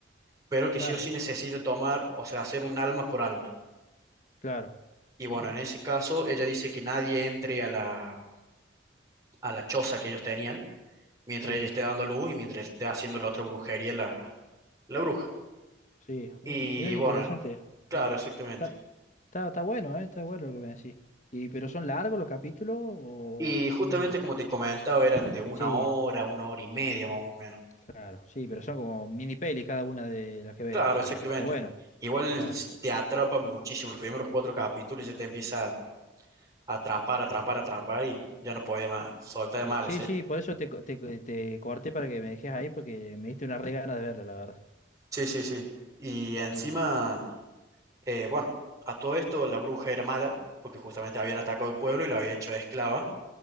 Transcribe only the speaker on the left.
claro,
claro.
Mira.
Sí,
sí.
Uh, mira qué
interesante.
Eh,
Está, está, está bueno, ¿eh? Está bueno lo que me decís. Y, pero son largos los capítulos o
así.
Sí,
claro, sí, pero son como mini pelis cada una de las que ves.
O sea,
está bueno.
Claro,
uh,
claro,
claro.
Sí,
sí,
sí, por eso te, co- te, co- te corté para que me dejes ahí porque me diste una re gana de verla, la verdad.
Sí, sí,